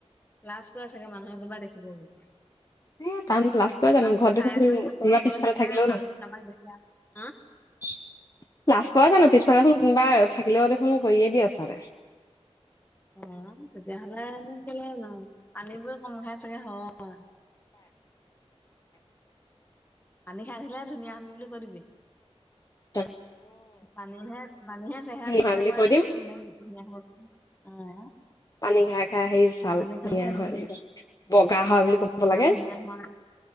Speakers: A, on the left; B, on the left.
A: লাজকৈ কৰে চাগে কোনোবা মানুহে দেখিব বুলি
B: উ এই তান লাজষ্ট কৰা জানো
A: মানুহবোৰ
B: ঘৰত দেখোন
A: চাই কৰি থাকোতে
B: কোনোবা
A: থাকোতে
B: পিছফালে
A: চাগে
B: থাকিলেও
A: মানুহ
B: ন
A: কাৰোবাক দেখে আ,
B: <unintelligible> লাাজ কৰা জানো পিছফালে শু কোনোবা থাকিলেও দেখোন কৰিয়ে দিয়া ছাৰে
A: অ তেতিয়াহলেনো কেলে জানো পানী বোৰে কম খাই চাগে হয় পানী খাই দিলে ধুনীয়া আমি বুলি কৈ দিবি
B: ত
A: পানীহে পানীহে চেহেৰা ধুনীয়া
B: হয়
A: কৰে
B: কৈ
A: বুলি
B: দিম
A: মেন ধুনীয়াই অ
B: পানী খাই খাই আহি ছাল
A: পানী খালেহে
B: নিয়া হয়
A: ধুনীয়া,
B: বুলি ক বগা হয় বুলি ক'ব
A: অ', ছাল
B: লাগে
A: ধুনীয়া হয়।